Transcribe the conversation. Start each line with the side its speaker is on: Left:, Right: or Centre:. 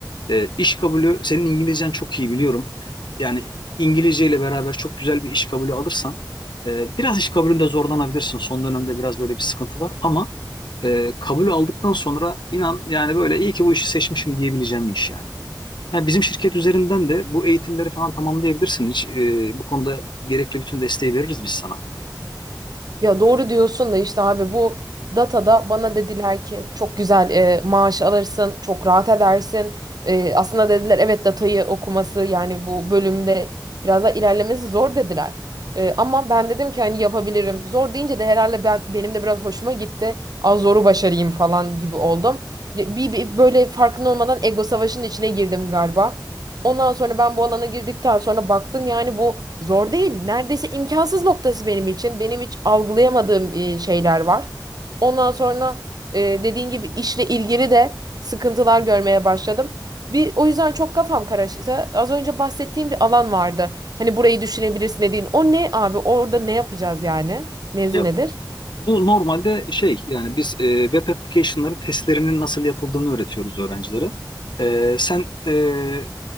Left: E, iş kabulü senin İngilizcen çok iyi biliyorum. Yani İngilizce ile beraber çok güzel bir iş kabulü alırsan e, biraz iş kabulünde zorlanabilirsin. Son dönemde biraz böyle bir sıkıntı var ama e, kabulü aldıktan sonra inan yani böyle iyi ki bu işi seçmişim diyebileceğim bir iş yani. Ha, bizim şirket üzerinden de bu eğitimleri falan tamamlayabilirsin. Hiç, e, bu konuda gerekli bütün desteği veririz biz sana.
Right: Ya doğru diyorsun da işte abi bu datada bana dediler ki çok güzel e, maaş alırsın, çok rahat edersin. E, aslında dediler evet datayı okuması yani bu bölümde biraz daha ilerlemesi zor dediler. E, ama ben dedim ki hani yapabilirim. Zor deyince de herhalde ben benim de biraz hoşuma gitti. Az zoru başarayım falan gibi oldum. Ya, Bir, bir böyle farkında olmadan ego savaşının içine girdim galiba. Ondan sonra ben bu alana girdikten sonra baktım yani bu zor değil. Neredeyse imkansız noktası benim için. Benim hiç algılayamadığım e, şeyler var. Ondan sonra e, dediğin gibi işle ilgili de sıkıntılar görmeye başladım. Bir o yüzden çok kafam karıştı. Az önce bahsettiğim bir alan vardı. Hani burayı düşünebilirsin dediğin. O ne abi? Orada ne yapacağız yani? Mevzu
Left: Ya
Right: nedir?
Left: bu normalde şey yani biz e, web application'ların testlerinin nasıl yapıldığını öğretiyoruz öğrencilere. E, sen e,